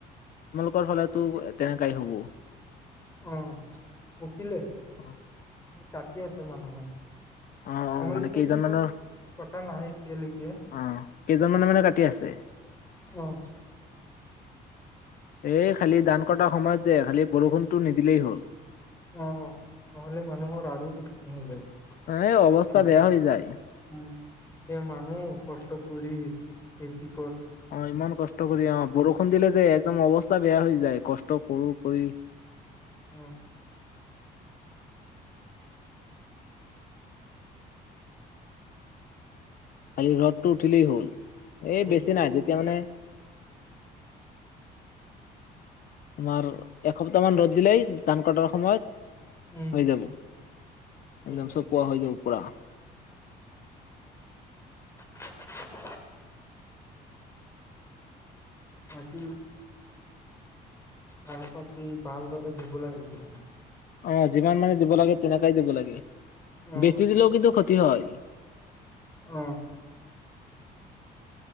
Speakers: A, on the left; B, on the left.
A: তোমালোকৰ ফালেতো তেনেকাই হ'ব।
B: অ', পকিলে,
A: অ
B: কাটি আছে মানুহে।
A: আহ অ
B: আমালোকৰ
A: মানে কেইজন
B: কেতিয়া
A: মানৰ
B: কটা নাই এতিয়ালৈকে
A: আহ কেইজনমানানৰ মানে কাটি আছে
B: অ
A: এই খালি দান কৰাাৰ সময়ত যে খালি বৰষুণটো নিদিলেই হল
B: অ' নহলে মানুহৰ আৰু দুখ ন যায়খ
A: এ অৱস্থা
B: উ
A: বেয়া হৈ যায়
B: কি মানুহ কষ্ট কৰি সতি
A: অ ইমান কষ্ট কৰি অ বৰষুণ দিলে দে একদম অৱস্থা বেয়া হৈ যায় কষ্ট কৰোঁ কৰি,
B: উম
A: খালি ৰদটো উঠিলই হ'ল। এই
B: যিটো
A: বেছি নাই যেতিয়া মানে তোমাৰ এসপ্তাহ মান ৰ'দ দিলেই ধান কটাৰ সময়ত
B: উম,
A: হৈ যাব
B: হৈ
A: একদম
B: যাব
A: চব পোৱা হৈ যাব কৰা
B: <unintelligible> বি তাৰপ ভালদৰে দিব লাগিছিল।
A: আহ যিমান মানে দিব লাগে তেনেকাই দিব লাগে
B: অ',
A: বেছি দিলেও কিন্তু ক্ষতি হয়
B: অ',